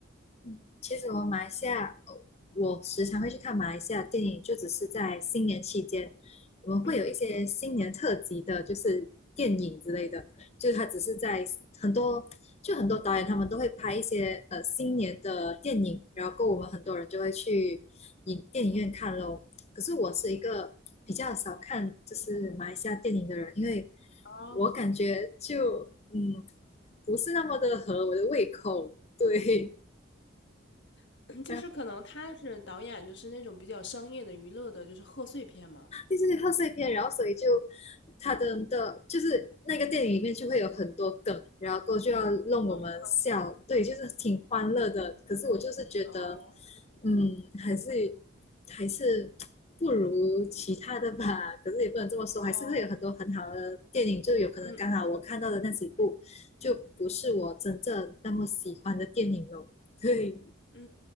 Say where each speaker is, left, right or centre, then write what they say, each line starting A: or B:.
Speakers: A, on the left; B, on the left.
A: 嗯，其实我马来西亚，呃我时常会去看马来西亚电影，就只是在新年期间，我们会有一些新年特辑的，
B: 嗯，
A: 就是电影之类的，就是它只是在很多，就很多导演他们都会拍一些呃新年的电影，然后我们很多人就会去影电影院看咯。可是我是一个比较少看就是马来西亚电影的人，因为
B: 哦，
A: 我感觉就嗯不是那么的合我的胃口，对。
B: <laughs> <clears throat> 就是可能他是导演，
A: <laughs> 然
B: 就是那种比较商业的、娱乐的，就是贺岁片嘛。
A: 第四个贺岁片，然后所以就他的的，就是那个电影里面就会有很多梗，然后就要弄我们笑，
B: 哦
A: 对，就是挺欢乐的。可是我就是觉得，
B: 哦
A: 嗯，还是还是不如其他的吧。可是也不能这么说，
B: 哦，
A: 还是会有很多很好的电影，就有可能刚好我看到的那几部就不是我真正那么喜欢的电影咯。
B: 嗯
A: 对，
B: 嗯